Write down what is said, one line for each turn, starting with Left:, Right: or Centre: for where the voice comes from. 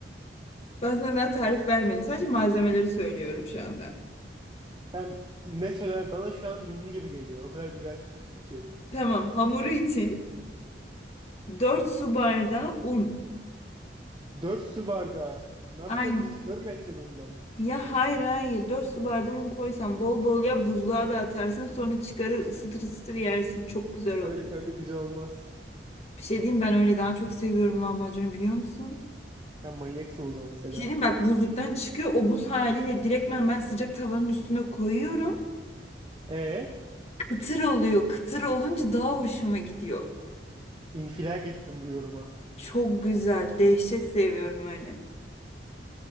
Left: Ben sana daha tarif vermedim. Sadece malzemeleri söylüyorum şu anda.
Right: Sen ne söyler bana şu an ninni gibi geliyor. O kadar güzel söylüyorsun ki.
Left: Tamam. Hamuru için 4 su bardağı un.
Right: dört su bardağı. Ne yapacaksın
Left: Aynen.
Right: bizi kör mü edeceksin ondan?
Left: Ya hayır hayır 4 su bardağı un koysan bol bol ya buzluğa da atarsın sonra çıkarır ısıtır ısıtır yersin. Çok güzel oluyor.
Right: Öyle, öyle güzel olmaz.
Left: Bir şey diyeyim ben öyle daha çok seviyorum lahmacunu biliyor musun?
Right: Sen manyaksın o zaman Seda.
Left: Bir şey diyeyim bak buzluktan çıkıyor o buz haliyle direktmen ben sıcak tavanın üstüne koyuyorum.
Right: E
Left: Kıtır oluyor. Kıtır olunca daha hoşuma gidiyor.
Right: infilak ettim bu yoruma.
Left: Çok güzel. Dehşet seviyorum öyle.